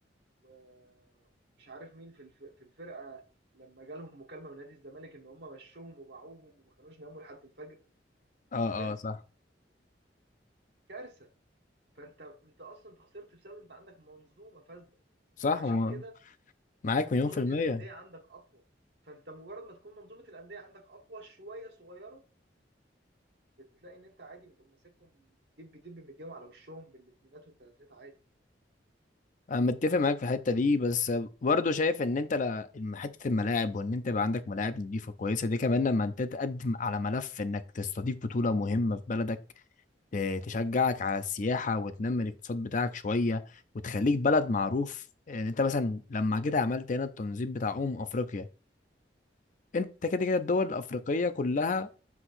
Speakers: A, on the right; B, on the left.
A: و... ومش عارف مين في الف... في الفرقه لما جالهم مكالمه من نادي الزمالك ان هم مشوهم وباعوهم وما كانوش ناموا لحد الفجر
B: اه
A: كارثه
B: اه صح
A: كارثه فانت انت اصلا انت خسرت بسبب انت عندك منظومه فاسده
B: صح
A: فعشان
B: وما-
A: كده
B: معاك
A: منظومه
B: مليون في الميه
A: الانديه عندك اقوى فانت مجرد ما تكون منظومه الانديه عندك اقوى شويه صغيره بتلاقي ان انت عادي بتقوم ماسكهم دب دب مديهم على وشهم بالاثنينات والثلاثات عادي
B: انا متفق معاك في الحته دي بس برضه شايف ان انت ل- حته الملاعب وان انت يبقى عندك ملاعب نظيفه كويسه دي كمان لما انت تقدم على ملف انك تستضيف بطوله مهمه في بلدك ت- تشجعك على السياحه وتنمي الاقتصاد بتاعك شويه وتخليك بلد معروف يعني انت مثلا لما جيت عملت هنا التنظيم بتاع امم افريقيا انت كده كده الدول الافريقيه كلها